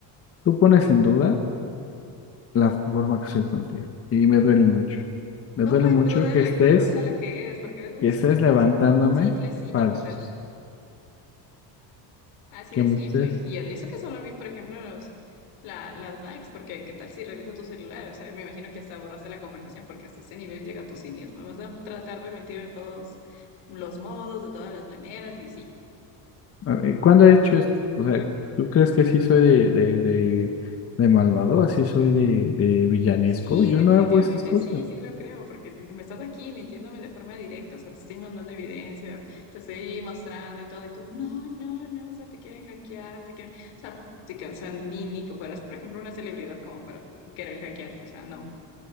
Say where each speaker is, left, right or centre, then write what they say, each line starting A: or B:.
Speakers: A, on the left; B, on the left.
A: tú pones en duda la forma que soy contigo. Y me duele mucho. Me
B: Pongo
A: duele
B: en
A: mucho
B: duda,
A: que
B: la
A: estés,
B: que- o sea, la que eres, porque eres un
A: que
B: cínico,
A: estés levantándome
B: un, ci- un simple cínico,
A: falsos.
B: Así
A: Que
B: de simple.
A: me estés.
B: Y de eso que solo vi, por ejemplo, los, la- las likes, porque qué tal si reviso tu celular, o sea, me imagino que hasta borraste la conversación, porque hasta ese nivel llega tu cinismo. Vamos a tratar de mentir de todos los modos, de todas las maneras, y sí.
A: a ver, ¿Cuándo he hecho esto? O sea, ¿tú crees que sí soy de, de, de, de malvado? ¿Así soy de, de villanesco?
B: Sí,
A: Yo
B: definitivamente
A: no hago esas cosas.
B: sí, sí lo creo, porque si- me estás aquí mintiéndome de forma directa, o sea, te estoy mandando evidencias, te estoy mostrando y todo, y tú, no, no, no, o sea, te quieren hackear, te quieren, o sea, te cansan ni, ni que fueras, por ejemplo, una celebridad como para querer hackearte, o sea, no.